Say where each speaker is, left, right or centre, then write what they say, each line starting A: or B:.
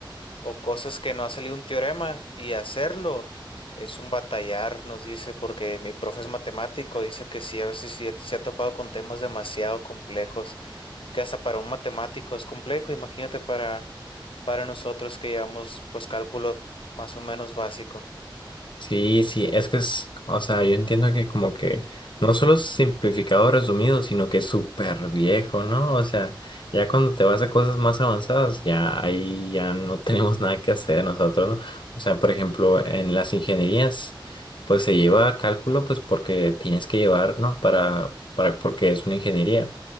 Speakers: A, on the left; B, on the left.
A: o cosas que no ha salido un teorema y hacerlo es un batallar, nos dice, porque mi profe es matemático, dice que sí, a veces sí se ha topado con temas demasiado complejos, que hasta para un matemático es complejo, imagínate para, para nosotros que llevamos pues cálculo más o menos básico.
B: Sí, sí, es que es, o sea, yo entiendo que como que no solo es simplificado resumido, sino que es súper viejo, ¿no? O sea, ya cuando te vas a cosas más avanzadas, ya ahí ya no <laughs> tenemos nada que hacer nosotros, ¿no? O sea, por ejemplo, en las ingenierías, pues se lleva cálculo, pues porque tienes que llevar, ¿no? Para, para, porque es una ingeniería